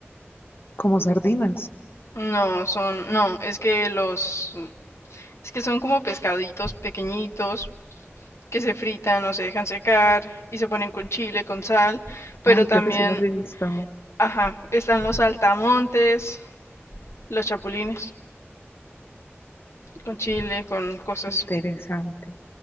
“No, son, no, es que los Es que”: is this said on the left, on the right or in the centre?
Left